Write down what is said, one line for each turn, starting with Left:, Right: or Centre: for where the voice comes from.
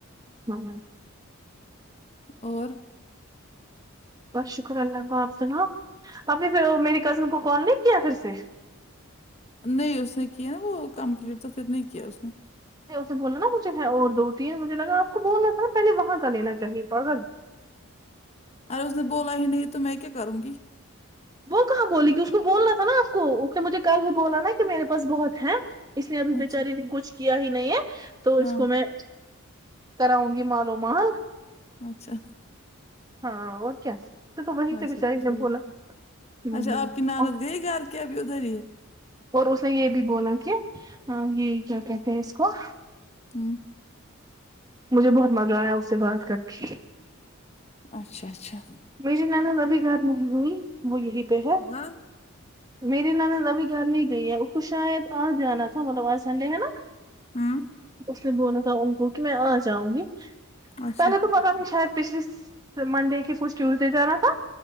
Right: ہاں <unintelligible>
Left: اور
Right: بس شکر اللہ کا آپ سناؤ ابھی پھر میری کزن کو کال نہیں کیا پھر سے
Left: نہیں اس نے کیا نا وہ کمپلیٹ تو پھر نہیں کیا اس نے
Right: اسے بولو نا کچھ ہے اور دو تین مجھے لگا آپ کو بولنا تھا پہلے وہاں کا لینا چاہے اگر
Left: ارے اس نے بولا ہی نہیں تو میں کیا کروں گی
Right: وہ کہاں بولی گی اس کو بولنا تھا نا آپ کو اس نے مجھے کل ہی بولا نا کہ میرے پاس بہت ہے اس نے ابھی
Left: اچھا
Right: بچاری نے کچھ کیا ہی نہیں ہے تو
Left: ہاں
Right: اس کو میں کراؤں گی مالو مال
Left: اچھا
Right: ہاں اور کیا تو تو وہیں
Left: اچھا
Right: سے بیچاری
Left: ٹھیک
Right: نے بولا
Left: ہے
Right: ہوں
Left: اچا
Right: ہوں.
Left: آپ کی نانت
Right: اور
Left: گی گھر کہ ابھی ادھر
Right: اور اس نے یہ بھی بولا کہ یہ کیا کہتے ہیں اس کو
Left: ہوں
Right: مجھے بہت مزہ آیا اس سے بات کر کے
Left: اچھا اچھا
Right: میری نند ابھی گھر نہیں ہوئی وہ یہیں پہ ہے
Left: ہاں
Right: میری نند ابھی گھر نہیں گئی ہے اس کو شاید آج جانا تھا مطلب آج سنڈے ہے نا
Left: ہوں
Right: میں نے بولنا تھا ان کو کہ میں آ جاؤں گی
Left: اچھا
Right: پہلے تو پتا نہیں شاید پچھلی منڈے کے کچھ ٹیوزڈے جانا تھا